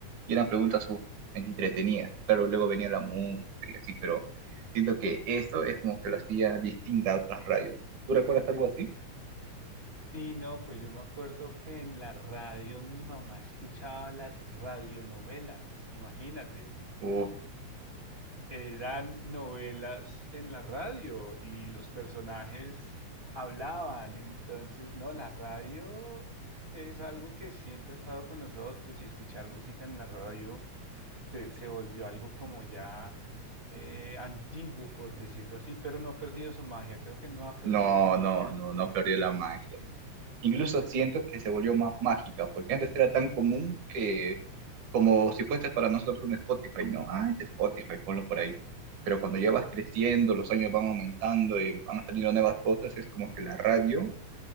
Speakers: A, on the right (about 85°); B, on the right (about 25°).
A: Y eran preguntas uh, entretenidas. Claro, luego venía la música y así, pero siento que eso es como que lo hacía distinta a otras radios. ¿Tú recuerdas algo así?
B: Sí, no, pues yo me acuerdo que en la radio mi mamá escuchaba las radionovelas, imagínate.
A: Uf,
B: Eran novelas en la radio y los personajes hablaban, entonces, no, la radio es algo que siempre ha estado con nosotros y escuchar música en la radio se, se volvió algo como ya eh, antiguo, por decirlo así, pero no ha perdido su magia, creo que no ha perdido
A: no,
B: su magia.
A: no, no, no perdió la magia. no. Incluso siento que se volvió más mágica, porque antes era tan común que como si fuese para nosotros un Spotify, ¿no? Ah, es Spotify, ponlo por ahí. Pero cuando ya vas creciendo, los años van aumentando y van saliendo nuevas cosas, es como que la radio